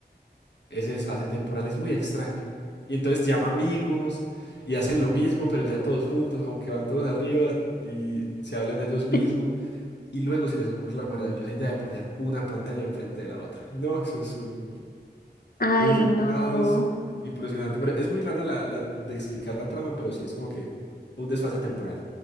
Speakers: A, on the left; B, on the left.
A: ese desfase temporal es muy extraño. Y entonces llama amigos y hacen lo mismo, pero ya todos juntos, como que van todos arriba y se hablan a ellos mismos.
B: <laughs>
A: Y luego se les ocurre la maravillosa idea de poner una pantalla enfrente de la otra. No, eso es un,
B: Ay,
A: eso es un
B: no.
A: caos impresionante. Pero es muy rara la, la de explicar la trama, pero sí es como que un desfase temporal.